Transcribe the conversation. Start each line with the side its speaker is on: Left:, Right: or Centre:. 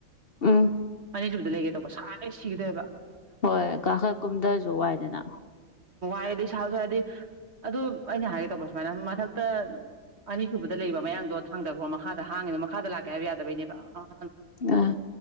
Left: ꯎꯝ
Right: ꯑꯅꯤꯁꯨꯕꯗ ꯂꯩꯒꯦ ꯇꯧꯕ ꯁꯥꯅꯩ ꯁꯤꯈꯤꯗꯣꯏꯑꯕ
Left: ꯍꯣꯏ ꯀꯥꯈꯠ ꯀꯨꯝꯗꯥꯖꯨ ꯋꯥꯏꯗꯅ
Right: ꯍꯥꯏꯗꯤ ꯏꯁꯥꯎꯁꯨ ꯍꯥꯏꯔꯗꯤ ꯑꯗꯨ ꯑꯩꯅ ꯍꯥꯏꯒꯦ ꯇꯧꯕ ꯁꯨꯃꯥꯏꯅ ꯃꯊꯛꯇ ꯑꯅꯤꯁꯨꯕꯗ ꯂꯩꯕ ꯃꯌꯥꯡꯗꯣ ꯊꯥꯡꯗꯕꯀꯣ ꯃꯈꯥꯗ ꯍꯥꯡꯉꯤꯗꯣ ꯃꯈꯥꯗ ꯂꯥꯛꯀꯦ ꯍꯥꯏꯕ ꯌꯥꯗꯕꯩꯅꯦꯕ ꯑ
Left: ꯑꯥ